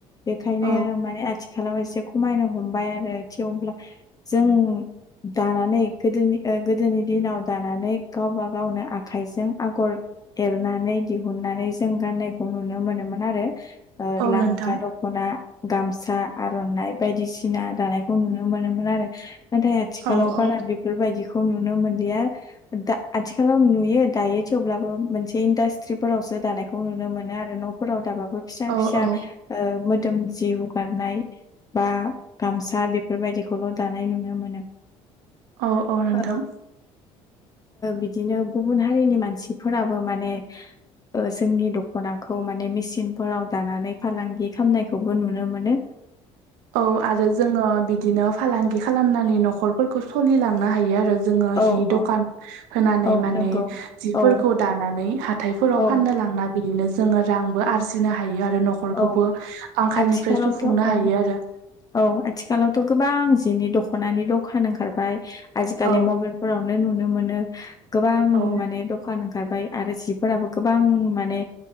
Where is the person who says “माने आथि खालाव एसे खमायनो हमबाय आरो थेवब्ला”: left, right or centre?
Left